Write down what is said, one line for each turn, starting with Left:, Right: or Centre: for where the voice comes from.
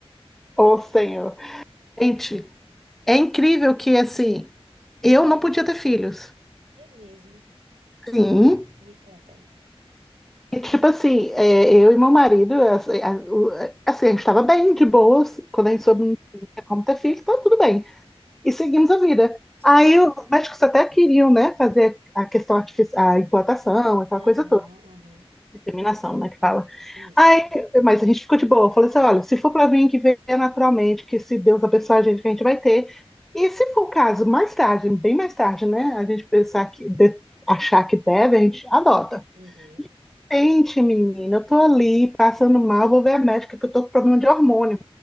Centre: Ô, Senhor. Gente, é incrível que, assim, eu não podia ter filhos.
Right: É mesmo?
Centre: Sim.
Right: Me conta aí.
Centre: E, tipo assim, é, eu e meu marido, assim, a, o- assim, a gente estava bem, de boas. Quando a gente
Right: Uhum.
Centre: soube não tinha como ter filhos, tá tudo bem. e seguimos a vida.
Right: Sim.
Centre: Aí o os médicos até queriam, né, fazer a questão artificial, a implantação, aquela
Right: Aham,
Centre: coisa toda,
Right: aham.
Centre: inseminação, né, que fala.
Right: Isso.
Centre: Aí, mas a gente ficou de boa. Eu Falei assim, olha, se for para vir, que venha naturalmente, que se Deus abençoar a gente, que a gente vai ter. E se for o caso, mais tarde, bem mais tarde, né, a gente pensar que, de- achar que deve, a gente adota.
Right: Uhum.
Centre: Gente, menina, eu tô ali passando mal, vou ver a médica que eu tô com problema de hormônio.